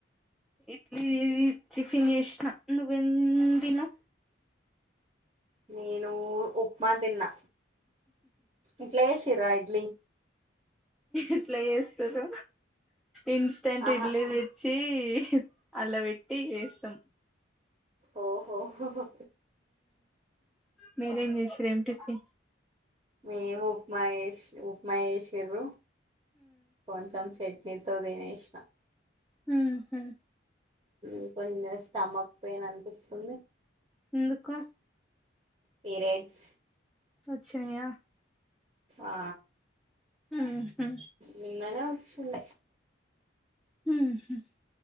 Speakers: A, in the centre; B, on the right.
A: ఇడ్లీ టిఫిన్ చేశ్నా, నువ్వేం దిన్నవ్?
B: నేను ఉప్మా తిన్నా. ఇంట్ల చేశిరా ఇడ్లీ?
A: ఎట్లా చేస్తరు ఇన్స్టంట్
B: ఆహా
A: ఇడ్లీ తెచ్చి అందుల పెట్టి ఎస్సాం
B: ఓహోహో ఓ
A: మీరేం చేశిరు ఏం టిఫి
B: మేం ఉప్మా చెశ్ ఉప్మా చేశిరు. కొంచం చెట్ నీతో దినేశ్నా
A: ఉహు
B: ఉ కొంచం స్టమక్ పెయిన్ అనిపిస్తుంది.
A: ఎందుకు?
B: పిరిడ్స్
A: వచ్చినియా
B: ఆ
A: ఊహూ
B: నిన్ననే వచ్చండ
A: ఊహూ